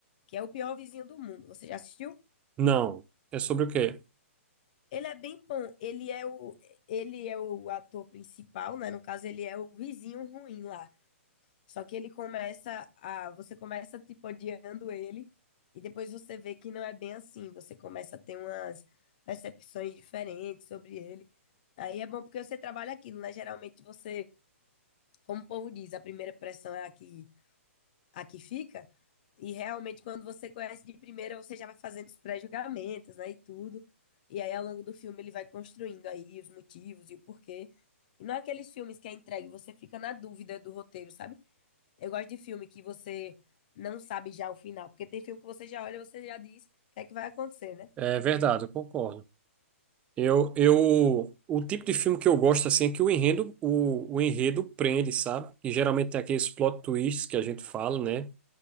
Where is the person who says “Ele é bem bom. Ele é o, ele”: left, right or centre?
Left